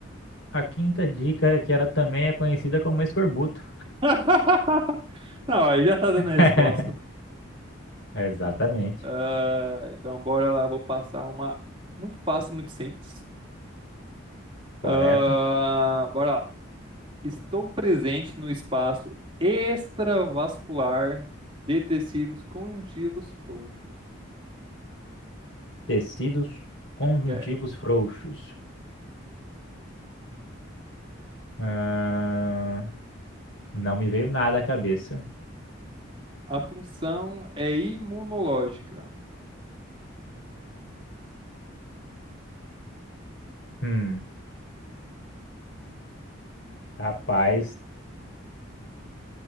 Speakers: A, on the left; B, on the right.
A: A quinta dica, que ela também é conhecida como escorbuto.
B: <laughs> Não, aí já tá dando a resposta.
A: <laughs> Exatamente.
B: Ah, então bora lá, vou passar uma muito fácil, muito simples.
A: Correto.
B: Ah, bora lá. Estou presente no espaço extravascular de tecidos conjuntivos frouxos.
A: Tecidos conjuntivos
B: É.
A: frouxos. Ah, não me veio nada à cabeça.
B: A função é imunológica.
A: Hum. Rapaz,